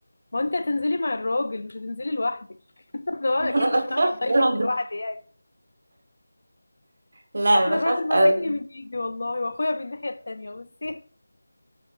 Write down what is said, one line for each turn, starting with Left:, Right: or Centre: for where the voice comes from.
Left: ما انت هتنزلي مع الراجل مش هتنزلي لوحدك <laughs> انا
Right: <laughs> ما
Left: اكيد
Right: انا
Left: مش
Right: بخاف
Left: بعمل دايفنج
Right: برضه
Left: لوحدي يعني
Right: لا
Left: انا
Right: بخاف
Left: الراجل ماسكني
Right: اوي
Left: من ايدي والله واخويا من الناحية التانية بصي